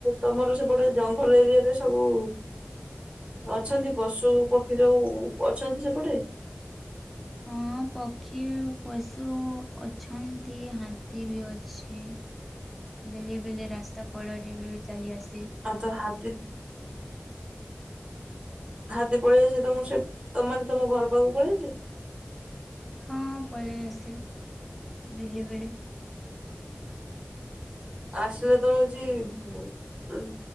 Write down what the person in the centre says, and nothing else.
ହଁ। ପକ୍ଷୀ ପଶୁ ଅଛନ୍ତି ହାତୀ ବି ଅଛି। ବେଲେ ବେଲେ ରାସ୍ତା କଡ଼ରେ ବି ଚାଲି ଆସେ।
ହଁ ପଳେଇଆସେ ବେଲେ ବେଳେ।